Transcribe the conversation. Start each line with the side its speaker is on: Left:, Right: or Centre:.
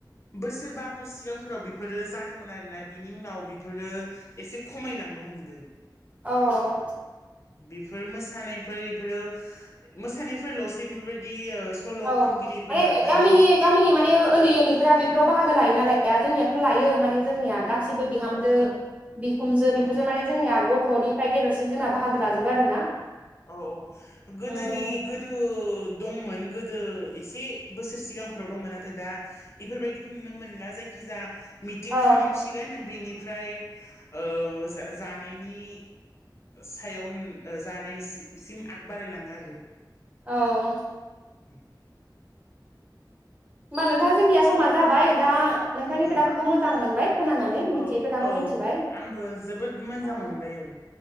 Left: बोसोरबाफोर सिगांफोराव बेफोरो जादोंमोन आरोना बिनि उनाव बेफोरो एसे खमायलांनो हमदों।
Right: औ
Left: बेफोर मोस मोसानायफोर इफोरो मोसानायफोरल'सो बेफोरबायदि ओ सल'
Right: औ
Left: खनगिरिफोर
Right: माने
Left: लाबोनानै
Right: गामिनि गामिनि माने उन्दै उन्दैफ्रा बेफोराव बाहागो लायोना लाया? जोंनियाथ' लायो माने जोंनिया गासिबो बिहामजो बिखुमजो बेफोरजों
Left: औ
Right: माने जोंनिया गथ'निफ्राय गेदेरसिम जोंना बाहागो लाजोबो आरोना।
Left: औ औ गोदोनि
Right: उम
Left: गोदो दंमोन गोदो एसे बोसोर सिगांफोराव दंमोन नाथाय दा बेफोरबायदिखौ नुनो मोनला जायखिजा मिटिं
Right: अ औ
Left: खालामसिगोन बिनि फ्राय ओ जानायनि सायाव जानायस सिम आग बारायलाङो आरो जों
Right: औ
Left: उम
Right: होमबा नोंथां जोंनिया समा जाबाय दा नोंथांनि
Left: औ
Right: खोथाफोरखौ मोजां मोनबाय खोनानानै मिथियै
Left: औ
Right: खोथाखौ
Left: औ
Right: मिथिबाय।
Left: आंबो जोबोद मोजां
Right: ओ
Left: मोनबाय औ